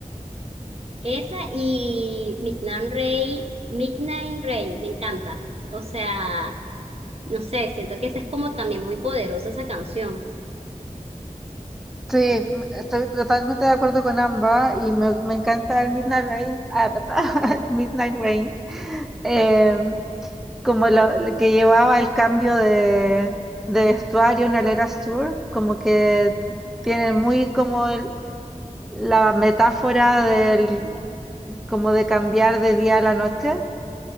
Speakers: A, on the right (about 50°); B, in the centre.
A: Esa y Midnight rain Midnight Rain, me encanta. O sea, no sé, siento que esa es como también muy poderosa esa canción.
B: Sí, m- estoy totalmente de acuerdo con ambas y me, me encanta el Midnight Rain, ah, ta, ta, <laughs> Midnight Rain. Em, como la, la que llevaba el cambio de, de vestuario en el Era Sur, como que tiene muy como el- la metáfora del como de cambiar de día a la noche.